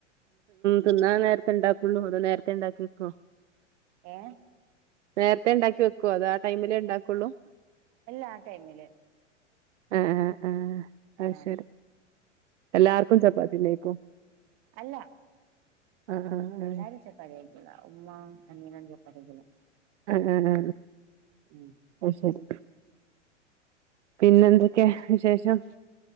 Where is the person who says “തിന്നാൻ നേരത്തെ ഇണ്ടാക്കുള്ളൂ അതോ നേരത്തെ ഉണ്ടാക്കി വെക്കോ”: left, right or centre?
Right